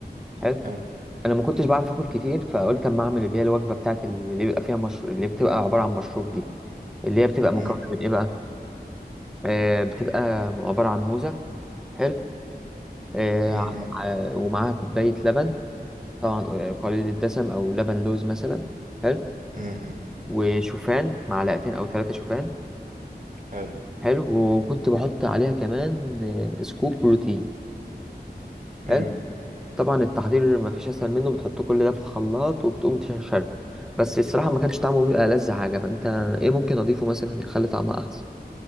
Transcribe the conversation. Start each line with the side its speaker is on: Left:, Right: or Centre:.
Centre: حلو
Right: حلو.
Centre: انا ما كنتش بعرف اكل كتير فقلت اما اعمل اللي هي الوجبه بتاعت اللي بيبقى فيها مشروب اللي بتبقى عباره عن مشروب دي اللي هي بتبقى مكونة
Right: مم،
Centre: من ايه بقى آه بتبقى عبارة عن موزة حلو آه
Right: مم،
Centre: ع-
Right: مم،
Centre: ع- ومعاها كوباية لبن طبعا آه، قليل الدسم او لبن لوز مثلا حلو
Right: مم، مم،
Centre: وشوفان معلقتين او ثلاثة شوفان
Right: حلو.
Centre: حلو وكنت بحط عليها كمان آه، سكوب بروتين
Right: مم.
Centre: حلو طبعا التحضير ما فيش اسهل منه بتحط كل ده في الخلاط وبتقوم تشربه بس الصراحة ما كانش طعمه بيبقى ألذ حاجة فانت ايه ممكن اضيفه مثلا يخلي طعمها احسن